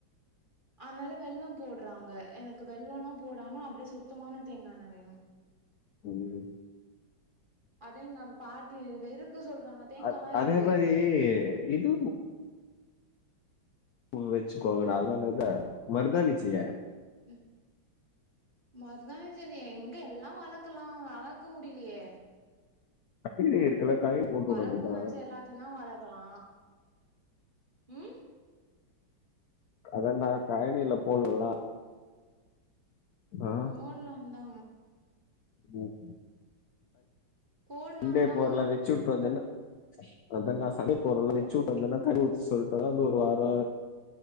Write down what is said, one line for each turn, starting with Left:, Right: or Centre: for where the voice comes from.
Right: <inaudible> அனால வெள்ளம் போடுறாங்க எனக்கு வெள்ளோல்லா போடாம அப்டியே சுத்தமான தேங்கா எண்ண வேணு
Left: ம்
Right: அதாங்க பாட்டி வெறுக்கு சொல்றாங்க தேங்காலா
Left: அ
Right: இருக்கு
Left: அதே மாரி இது வச்சுக்கோங்கடா அதான இல்ல மருதாணி <unintelligible>
Right: ம் மருதாணி செடி எங்கல்லா வளர்க்கலா வளர்க்க முடிலையே
Left: கயிலே இருக்கல காயில் போட்டு
Right: வளக்கணுனு
Left: விட வேண்டியதா
Right: நெனச்சா எல்லாத்தையு தா வளக்கலா ம்
Left: அதாண்ட கழனில போலல ஆ
Right: போடலாந்தா
Left: ம்
Right: போடலாந்தா
Left: ரெண்டே போர்ல வெச்சு உட்டு வந்தனா அதான் நா சக போரல்ல <unintelligible> வந்தனா <unintelligible> அந்த ஒரு வாரோ